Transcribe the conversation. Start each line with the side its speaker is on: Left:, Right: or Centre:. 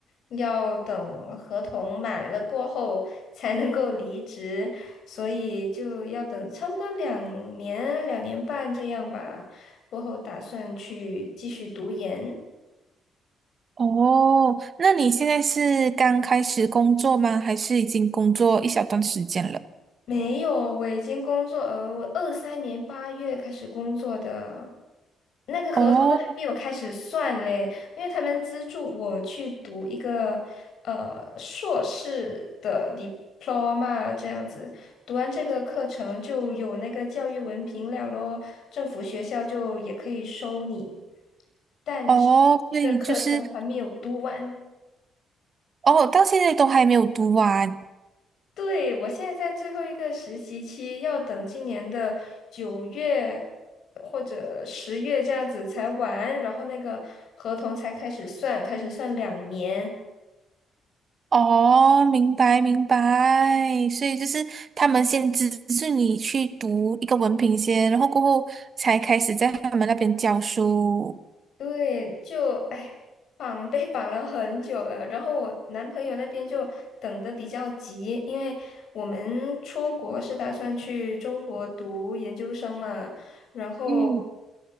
Left: 要等合同满了过后才能够离职，所以就要等差不多两年、两年半这样吧，过后打算去继续读研。
Right: 哦，那你现在是刚开始工作吗？还是已经工作一小段时间了？
Left: 没有，我已经工作，呃，我二三年八月开始工作的，那个合同都还没有开始算嘞，
Right: 哦
Left: 因为他们资助我去读一个呃硕士的 diploma 这样子，读完这个课程就有那个教育文凭了咯，政府学校就也可以收你，但是
Right: 哦，所以就是
Left: 这个课程还没有读完。
Right: 哦，到现在都还没有读完。
Left: 对，我现在在最后一个实习期，要等今年的九月或者十月这样子才完，然后那个合同才开始算，开始算两年。
Right: 哦，明白明白，所以就是他们先资助你去读一个文凭先，然后过后才开始在他们那边教书。
Left: 对，就哎，绑 <laughs> 被绑了很久了。然后我男朋友那边就等的比较急，因为我们出国是打算去中国读研究生嘛，然后
Right: 嗯，